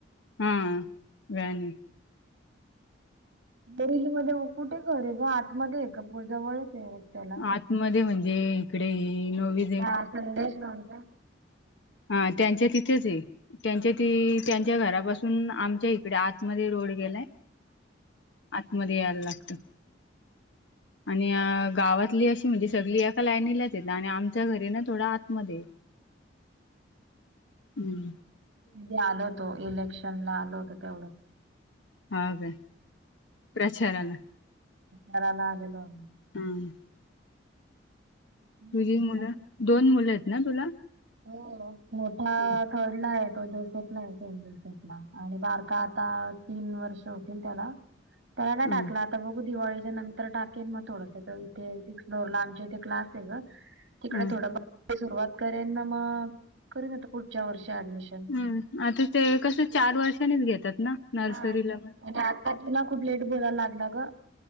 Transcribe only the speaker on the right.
बोरिवली मध्ये म कुठे घर आहे ग आतमध्ये आहे का जवळच आहे रस्त्याला?
हा संदेश भाऊंच्या
<inaudible>
मी आलो होतो इलेक्शनला आल होत तेवढंच.
तराला आलेलो.
मग
बाकी?
हो मोठा
थर्ड ला आहे तो दु <inaudible> आणि बारका आता तीन वर्ष होतील त्याला. त्याला नाय
टाकला आता बघू दिवाळीच्या नंतर टाकेन मग थोडस तर इथे सिक्स फ्लोअर ला आमच्या इथे क्लास आहे ग. तिकडे
थोडं सुरुवात करेन ना मग करन आता पुढच्या वर्षी ऍडमिशन
हा म्हणजे
आता त ना खूप लेट बोलायला लागला ग